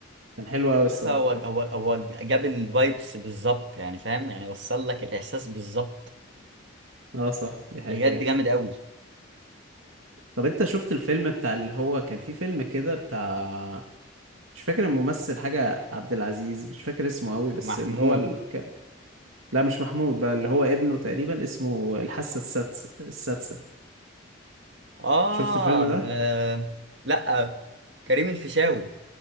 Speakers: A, on the right (about 85°); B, on the right (about 60°).
A: كان حلو قوي الصراحة
B: بس هو هو هو جاب الفايبس بالظبط يعني فاهم يعني وصل لك الإحساس بالظبط
A: اه صح دي حقيقة
B: بجد جامد قوي
A: طب انت شفت الفيلم بتاع اللي هو كان في فيلم كده بتاع مش فاكر الممثل حاجة عبد العزيز مش فاكر اسمه قوي بس
B: محمود
A: اللي هو ال... كان... لا مش محمود بقى اللي هو ابنه تقريبا اسمه الحاسة السادسة السادسة
B: آه,
A: شفت الفيلم ده
B: آه لا كريم الفيشاوي